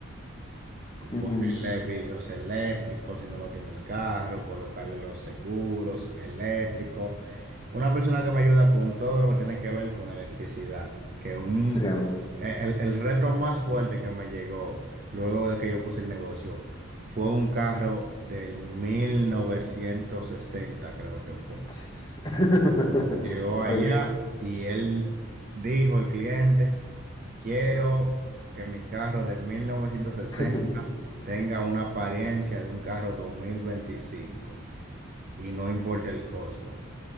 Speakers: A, on the left; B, on the right.
A: Ujú.
B: Ponerle vidrios eléctricos si no lo tiene el carro, colocarle los seguros eléctricos. Una persona que me ayuda con todo lo que tiene que ver con electricidad. Que un,
A: Sí.
B: e, el, el reto más fuerte que me llegó luego de que yo puse el negocio fue un carro del 1960, creo que fue.
A: Ts- <laughs>
B: Llegó allá
A: Ajá.
B: y él dijo, el cliente. Quiero que mi carro de mil novecientos sesenta
A: <laughs>
B: tenga una apariencia de un carro 2025 y no importa el costo.